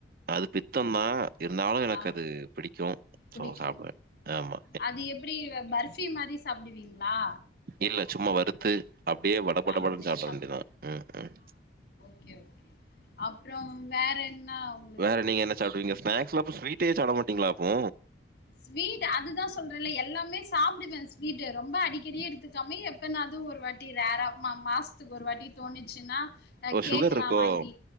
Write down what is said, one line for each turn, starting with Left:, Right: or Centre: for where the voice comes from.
Right: அது பித்தந்தா இருந்தாலு எனக்கு
Left: ஆ
Right: அது பிடிக்கூ
Left: புடிக்கு
Right: சோ சாப்டுவே ஆம்மா
Left: அது எப்டி பர்பி மாரி சாப்டுவீங்ளா
Right: இல்ல சும்மா வறுத்து அப்டே வடபடபடன்
Left: அப்டியே
Right: சாப்ட வேண்டியதா ஹம் ம்
Left: ஓக்கே ஓக்கே அப்றவ் வேற என்னாவ்
Right: வேறநீங்க என்ன சாப்டுவீங்க ஸ்நாக்ஸ்ல அப்போ ஸ்வீட்டே சாப்டமாட்டீங்களா அப்போ
Left: ஸ்வீட் அதுதா சொல்றேல்ல எல்லாமே சாப்டுவே ஸ்வீட் ரொம்ப அடிக்கெடி எடுத்துக்காமே எப் ப்பனாது ஒரு வாட்டி ரேரா மா மாஸ்த்துக்கு ஒரு வாட்டி தோணுச்சுன்னா அ
Right: ஓ
Left: கேக்கலா
Right: சுகர் இருக்கோ
Left: வாங்கி